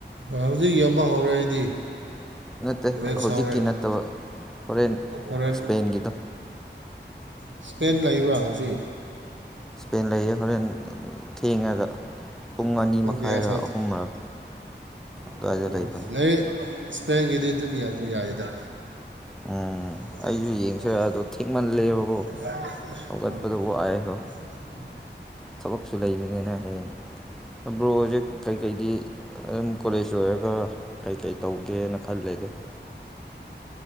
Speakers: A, on the right (about 80°); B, in the centre.
A: ꯍꯧꯖꯤꯛ ꯌꯣꯟꯕ ꯍꯧꯔꯛꯏꯗꯤ
B: <unintelligible>
A: ꯅꯦꯠ
B: ꯍꯧꯖꯤꯛꯀꯤ
A: ꯁꯥꯎꯔꯦ
B: ꯅꯠꯇꯕ ꯍꯣꯔꯦꯟ
A: ꯍꯣꯔꯦꯟ
B: ꯏꯁꯄꯦꯟꯒꯤꯗꯣ
A: ꯏꯁꯄꯦꯟ ꯂꯩꯕ꯭ꯔꯥ ꯉꯁꯤ
B: ꯏꯁꯄꯦꯟ ꯂꯩꯌꯦ ꯍꯣꯔꯦꯟ ꯊꯦꯡꯉꯒ ꯄꯨꯡ ꯑꯅꯤ
A: ꯑꯣ
B: ꯃꯈꯥꯏꯔ
A: ꯀꯦꯌꯥꯁꯗ
B: ꯑꯍꯨꯝꯔ ꯑꯗꯨꯋꯥꯏꯗ
A: ꯑꯣ
B: ꯂꯩꯕꯅꯤ
A: ꯂꯩ ꯏꯁꯄꯦꯡꯒꯤꯗꯤ ꯑꯗꯨꯝ ꯌꯦꯡꯕ ꯌꯥꯏꯗ
B: ꯎꯝ
A: ꯎꯝ
B: ꯑꯩꯁꯨ ꯌꯦꯡꯁꯤꯔ ꯑꯗꯣ ꯊꯦꯡꯃꯜꯂꯦꯕꯀꯣ ꯍꯧꯒꯠꯄꯗ ꯋꯥꯏꯕ ꯊꯕꯛꯁꯨ ꯂꯩꯕꯅꯤꯅ ꯍꯌꯦꯡ ꯄ꯭ꯔꯣꯖꯦꯛ ꯀꯩꯀꯩꯗꯤ ꯑꯗꯨꯝ ꯀꯣꯂꯦꯖ ꯂꯣꯏꯔꯒ ꯀꯩꯀꯩ ꯇꯧꯒꯦꯅ ꯈꯜꯂꯒꯦ <unintelligible>